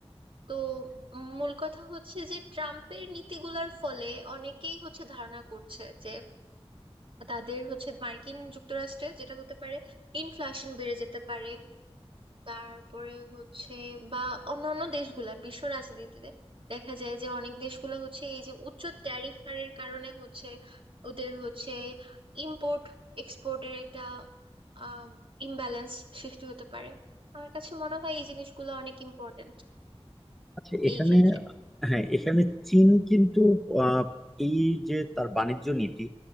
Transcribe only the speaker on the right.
তো উম, মূল কথা হচ্ছে যে ট্রাম্পের নীতিগুলোর ফলে অনেকেই হচ্ছে ধারণা করছে যে তাদের হচ্ছে মার্কিন যুক্তরাষ্ট্রে যেটা হতে পারে ইনফ্লেশন বেড়ে যেতে পারে তারপরে হচ্ছে বা অন্যান্য দেশগুলা বিশ্ব রাজনীতিতে দেখা যায় যে অনেক দেশগুলো হচ্ছে এই যে উচ্চ ট্যারিফ হারের কারণে হচ্ছে ওদের হচ্ছে ইম্পোর্ট এক্সপোর্টের একটা আহ ইমব্যালেন্স সৃষ্টি হতে পারে আমার কাছে মনে হয় এই জিনিসগুলো অনেক ইম্পর্ট্যান্ট
এই ক্ষেত্রে